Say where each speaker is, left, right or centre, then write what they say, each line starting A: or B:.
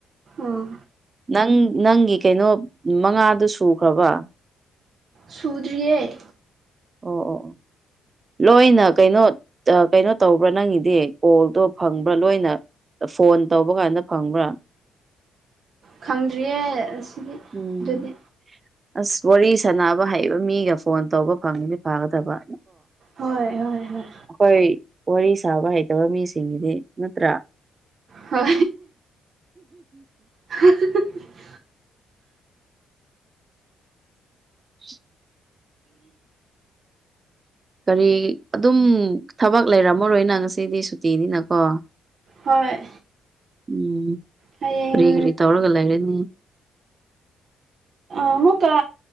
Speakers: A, on the right; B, on the right.
A: ꯑꯣ
B: ꯅꯪ ꯅꯪꯒꯤ ꯀꯩꯅꯣ ꯃꯉꯥꯗꯨ ꯁꯨꯈ꯭ꯔꯕ
A: ꯁꯨꯗ꯭ꯔꯤꯦ
B: ꯑꯣ ꯑꯣ ꯑꯣ ꯂꯣꯏꯅ ꯀꯩꯅꯣ ꯀꯩꯅꯣ ꯇꯧꯕ꯭ꯔꯥ ꯅꯪꯒꯤꯗꯤ ꯀꯣꯜꯗꯣ ꯐꯪꯕ꯭ꯔꯥ ꯂꯣꯏꯅ ꯐꯣꯟ ꯇꯧꯕ ꯀꯥꯟꯗ ꯐꯪꯕ꯭ꯔꯥ
A: ꯈꯪꯗ꯭ꯔꯤꯌꯦ ꯑꯁꯤꯒꯤꯗꯤ
B: ꯎꯝ
A: ꯑꯗꯨꯗꯤ
B: ꯑꯁ ꯋꯥꯔꯤ ꯁꯥꯟꯅꯕ ꯍꯩꯕ ꯃꯤꯒ ꯐꯣꯟ ꯇꯧꯕ ꯐꯪꯉꯁ ꯐꯥꯒꯗꯕ
A: ꯍꯣꯏ ꯍꯣꯏ ꯍꯣꯏ
B: ꯑꯩꯈꯣꯏ ꯋꯥꯔꯤ ꯁꯥꯕ ꯍꯩꯇꯕ ꯃꯤꯁꯤꯡꯒꯤꯗꯤ ꯅꯠꯇ꯭ꯔꯥ
A: ꯍ <unintelligible>
B: <unintelligible> ꯀꯔꯤ ꯑꯗꯨꯝ ꯊꯕꯛ ꯂꯩꯔꯝꯃꯔꯣꯏꯅ ꯉꯁꯤꯗꯤ ꯁꯨꯇꯤꯅꯤꯅꯀꯣ
A: ꯍꯣꯏ
B: ꯎꯝ
A: ꯍꯌꯦꯡ
B: ꯀꯔꯤ ꯀꯔꯤ ꯇꯧꯔꯒ ꯂꯔꯅꯤ
A: ꯑꯃꯨꯛꯀ